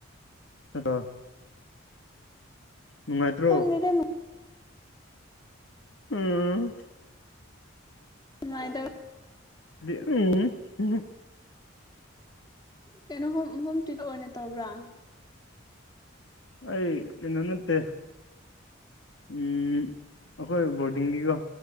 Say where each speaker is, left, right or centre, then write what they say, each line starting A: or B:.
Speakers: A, on the left; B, on the left.
A: ꯑꯗꯣ ꯅꯨꯡꯉꯥꯏꯇ꯭ꯔꯣ
B: ꯈꯪꯗꯦꯗ
A: ꯎꯝ
B: ꯅꯨꯡꯉꯥꯏꯗꯧ
A: <unintelligible>
B: ꯀꯩꯅꯣ <unintelligible> ꯑꯣꯏꯅ ꯇꯧꯕ꯭ꯔꯥ꯫
A: ꯑꯩ ꯀꯩꯅꯣ ꯅꯠꯇꯦ ꯎꯝ ꯑꯩꯈꯣꯏ ꯕꯣꯔꯗꯤꯡꯒꯤꯀꯣ